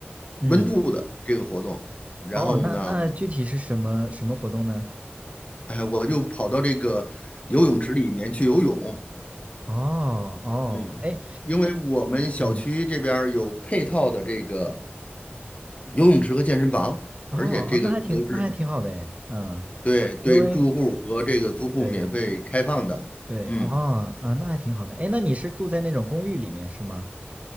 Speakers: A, on the right; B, on the left.
A: 嗯，
B: 温度的这个活动，然后呢，
A: 哦，那那具体是什么什么活动呢？
B: <laughs> 哎，我就跑到这个游泳池里面去游泳。
A: 哦哦，
B: 嗯，
A: 哎，
B: 因为我们小区这边儿有配套的这个
A: 嗯，
B: 游泳池和健身房，
A: 哦，
B: 而且这个都是
A: 那还挺那还挺好的哎，嗯，
B: 对对住户和这个租户免费开放的。
A: 因为对对对对，
B: 嗯，
A: 哦啊，那还挺好的。哎，那你是住在那种公寓里面是吗？